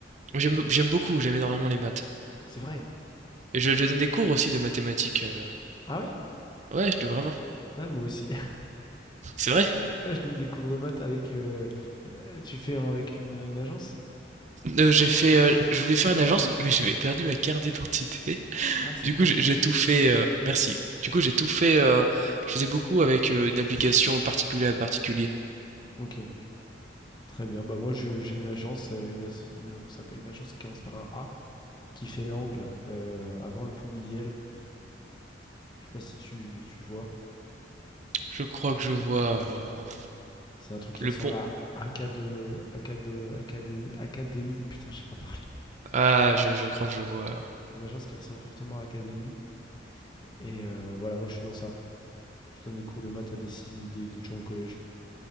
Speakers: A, on the right (about 40°); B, on the left (about 25°).
A: J'aime, j'aime beaucoup, j'aime énormément les maths.
B: C'est vrai.
A: Et je, je donne des cours aussi de mathématiques. euh.
B: Ah ouais
A: Ouais, je- vraiment,
B: Ouais, moi aussi.
A: c'est vrai.
B: Ouais, je donne des cours de maths avec. euh, tu fais euh, avec une, une agence?
A: Heu, j'ai fait, heu, je voulais faire une agence, mais j'avais perdu ma carte d'identité. <laughs>
B: Ah, c'est
A: Du
B: fort
A: coup, j'ai
B: ça.
A: j'ai tout fait, heu merci. Du coup, j'ai tout fait, heu, je faisais beaucoup avec, heu, une application particulier à particulier.
B: Ok, très bien. Bah moi, je- j'ai une agence, euh, une, asso- une- comment ça s'appelle, une agence qui commence par un A, qui fait l'angle euh, avant le pont Miel. Je sais pas si tu, tu vois.
A: Je crois que je vois, heu,
B: C'est un truc qui
A: le
B: ressemble
A: pont.
B: à Acado, Acado, Acadé- Académie. Putain, je sais pas parler.
A: Ah, je je crois que je vois.
B: C'est une agence qui ressemble fortement à Académie. Et euh, voilà, moi, je suis dans ça. Je donne des cours de maths à des, si- des, des gens au collège.